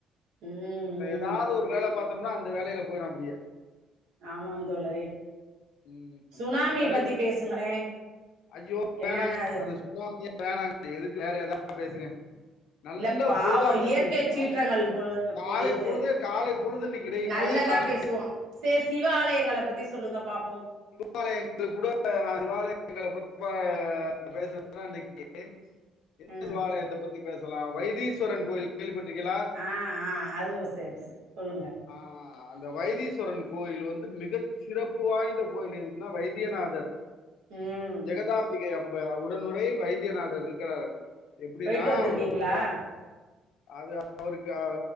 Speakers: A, on the right (about 90°); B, on the left (about 75°).
A: ம்
B: கவ்லையே
A: ம்
B: ஏதாது ஒரு வேல பாத்தோம்னா அந்த வேலையில போயிரோ அப்டியே
A: ஆமாம் தோழரே
B: ம்,
A: சுனாமி
B: இன்னைக்கு நடை
A: பத்தி பேசுங்களே
B: ஐயோ
A: என்னன்ன அது
B: அந்த சுனாமியே வேணாங்க எதுக்கு வேற ஏதா பேசுங்க நல்ல
A: இல்ல பாவோ
B: பொழுதா பேசுங்க
A: இயற்கை
B: காலை
A: சீற்றங்கள் பொ
B: காலை
A: பொழுது
B: காலை பொழுது இன்னைக்கு இடை
A: நல்லதா
B: காலை காலை
A: பேசு வோ சே சிவ ஆலயங்கள பத்தி சொல்லுங்க பாப்போ
B: சிவ ஆலயங்கள் கூட சிவ ஆலயங்கள பத்தி பேசுறதுன்னா இன்னைக்கு எந்த
A: ம்
B: சிவாலயத்த பத்தி பேசலா வைதீஸ்வரன் கோயில் கேள்விப்பட்ருக்கியலா
A: ஆ ஆ அதுவு சேரி சேரி சொல்லுங்க
B: ஆ அந்த வைதீஸ்வரன் கோயில் வந்து மிக சிறப்பு வாய்ந்த கோயில் எதுக்குன்னா வைத்தியநாதர்
A: ம்
B: ஜெகதாம்பிகை அம் ப உடனுறைய வைத்தியநாதர் இருக்கிறாரு அங்க எப்டின்னா
A: போயிட்டு வந்திருக்கீங்களா
B: அவர் ரொம்ப பா அது அவருக்கு அவ